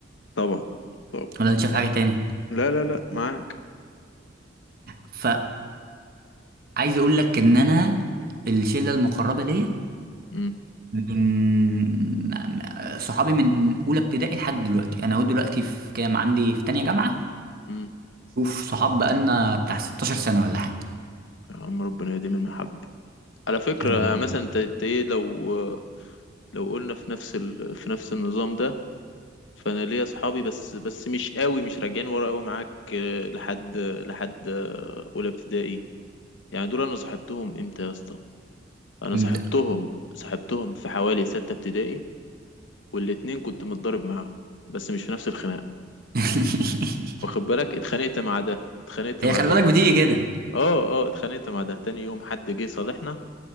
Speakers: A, on the left (about 70°); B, on the right (about 50°).
A: طبعا طبعا
B: ولا أنت شايف حاجة تاني
A: لا لا لا معاك
B: فعايز أقول لك إن أنا الشلة المقربة ليا
A: امم
B: من صحابي من أولى ابتدائي لحد دلوقتي أنا أهو دلوقتي في كام عندي في تانية جامعة
A: امم
B: شوف صحاب بقالنا بتاع 16 سنة ولا حاجة
A: يا عم ربنا يديم المحبة على فكرة
B: أم،
A: يعني مثلا انت انت ايه لو لو قلنا في نفس ال... في نفس النظام ده فانا ليا اصحابي بس بس مش قوي مش راجعين ورا قوي معاك آه، لحد لحد آه، اولى ابتدائي يعني دول انا صاحبتهم امتى يا اسطى انا
B: امتى
A: صاحبتهم صاحبتهم في حوالي ستة ابتدائي والاتنين كنت متضارب معاهم بس مش في نفس الخناقة
B: <laughs>
A: واخد بالك اتخانقت مع ده اتخانقت
B: هي
A: مع
B: خلي
A: ده
B: بالك بتيجي كده
A: اه اه اتخانقت مع ده تاني يوم حد جه صالحنا